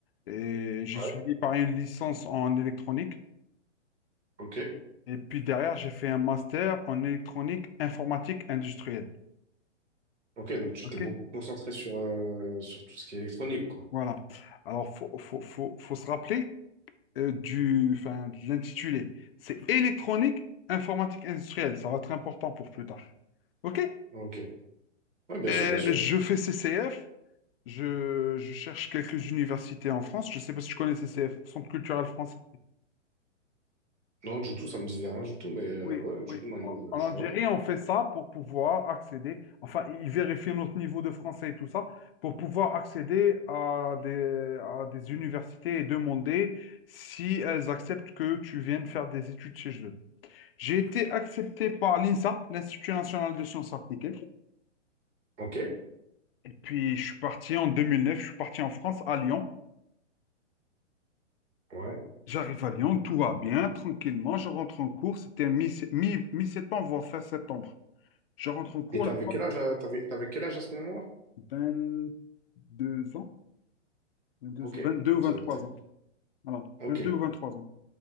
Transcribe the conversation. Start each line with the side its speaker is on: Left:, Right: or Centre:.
Left: Et j'ai
Right: Ouais.
Left: suivi par une licence en électronique.
Right: Ok.
Left: Et puis derrière, j'ai fait un master en électronique informatique industrielle.
Right: Ok, donc tu
Left: OK?
Right: t'es beaucoup concentré sur, euh, sur tout ce qui est électronique, quoi.
Left: Voilà. Alors, faut, faut, faut, faut se rappeler euh, du, enfin, de l'intitulé. C'est électronique informatique industrielle. Ça va être important pour plus tard. OK?
Right: Ok. Ouais, bien
Left: Euh,
Right: sûr, bien sûr.
Left: je fais CCF. Je, je cherche quelques universités en France. Je ne sais pas si tu connais CCF, Centre culturel français.
Right: Non, du tout, ça me disait rien du tout, mais euh,
Left: Oui,
Right: ouais, du
Left: oui.
Right: coup, maintenant,
Left: En
Right: je,
Left: en
Right: je vois.
Left: Algérie, on fait ça pour pouvoir accéder, enfin, ils vérifient notre niveau de français et tout ça, pour pouvoir accéder à des, à des universités et demander si elles acceptent que tu viennes faire des études chez eux. J'ai été accepté par l'INSA, l'Institut national de sciences appliquées.
Right: Ok,
Left: Et puis, je suis parti en 2009. je suis parti en France, à Lyon.
Right: ouais.
Left: J'arrive à Lyon, tout va bien, tranquillement. Je rentre en cours, c'était mi- mi- mi-septembre, voire fin septembre. Je rentre en cours,
Right: Et t'avais
Left: le,
Right: quel âge, à- t'avais, t'avais quel âge à ce moment-là?
Left: 22 ans, 22,
Right: Ok.
Left: 22
Right: Donc,
Left: ou 23
Right: ça, t'es-
Left: ans. Voilà,
Right: ok.
Left: 22 ou 23 ans.